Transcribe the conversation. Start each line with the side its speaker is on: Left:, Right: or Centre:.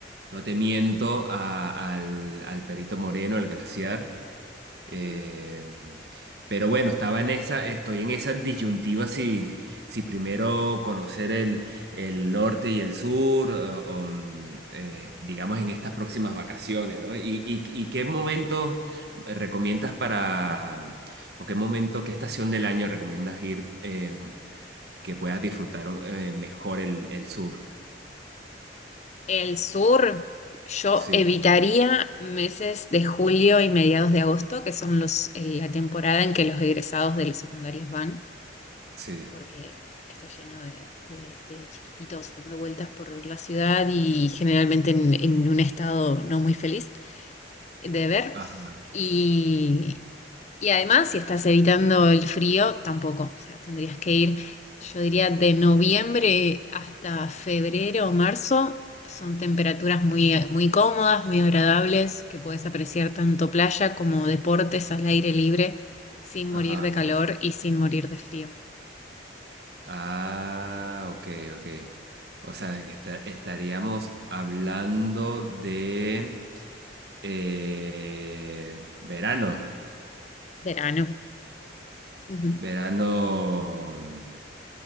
Right: no te miento, a- al, al Perito Moreno, al glaciar. Eh,
Left: Mm.
Right: pero bueno, estaba en esa, estoy en esa disyuntiva si, si primero conocer el, el norte y el sur, eh, o, mm, eh, digamos en estas próximas vacaciones, ¿no? ¿Y, y, y qué momento recomiendas para, mm, o qué momento, qué estación del año recomiendas ir eh, que puedas disfrutar eh, mejor el, el sur?
Left: El sur, yo
Right: Sí,
Left: evitaría meses de julio y mediados de agosto, que son los, eh, la temporada en que los egresados de los secundarios van,
Right: sí.
Left: porque está lleno de, de- de chiquititos dando vueltas por la ciudad y generalmente en, en un estado no muy feliz de ver.
Right: Ajá.
Left: y Y además, si estás evitando el frío, tampoco. O sea, tendrías que ir, yo diría, de noviembre hasta febrero o marzo. Son temperaturas muy, muy cómodas, muy agradables, que puedes apreciar tanto playa como deportes al aire libre sin morir
Right: Ajá.
Left: de calor y sin morir de frío.
Right: Ah, ok, ok. O sea, que esta- estaríamos hablando de eh, verano.
Left: Verano. Ujú.
Right: Verano, mm,